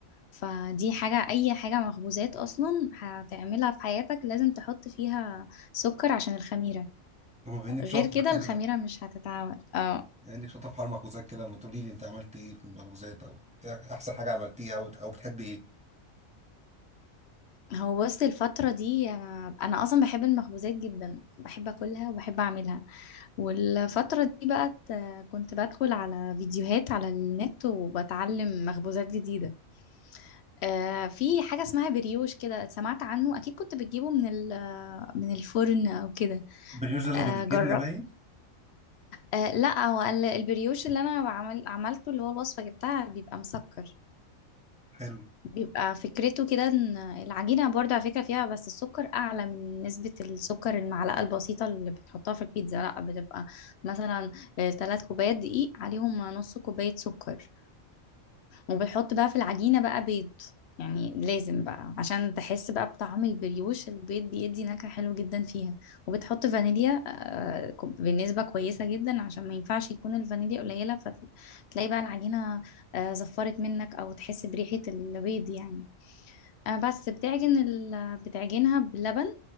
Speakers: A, on the left; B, in the centre.
A: فدي حاجة أي حاجة مخبوزات أصلا هتعملها في حياتك لازم تحط فيها سكر عشان الخميرة
B: لما بينك
A: غير
B: شاطر
A: كده
B: كده
A: الخميرة مش هتتعمل اه
B: بينك شاطر في حوار المخبوزات كده ما تقولي لي انت عملت ايه في المخبوزات او إيه احسن حاجه عملتيها او أو بتحبي ايه
A: هو بص الفترة دي أنا أنا أصلا بحب المخبوزات جدا بحب أكلها وبحب أعملها والفترة دي بقى ت- كنت بدخل على فيديوهات على النت وبتعلم مخبوزات جديدة آه في حاجة اسمها بريوش كده سمعت عنه أكيد كنت بتجيبه من ال- من الفرن أو كده
B: البريوش ده اللي
A: آه
B: هو بالجبنه
A: جرب
B: باين
A: آه لا هو ال- البريوش اللي أنا بعمل عملته اللي هو الوصفة جبتها بيبقى مسكر
B: حلو
A: بيبقى فكرته كده ان العجينة برضه على فكرة فيها بس السكر اعلى من نسبة السكر المعلقة البسيطة اللي بتحطها في البيتزا لا بتبقى مثلا ثلاث كوبايات دقيق عليهم نص كوباية سكر وبتحط بقى في العجينة بقى بيض يعني لازم بقى عشان تحس بقى بطعم البريوش البيض بيدي نكهة حلوة جدا فيها وبتحط فانيليا آه، كو- بنسبة كويسة جدا عشان ما ينفعش يكون الفانيليا قليلة فتلاقي بقى العجينة آه، زفرت منك او تحس بريحة البيض يعني أنا بس بتعجن ال... بتعجنها بلبن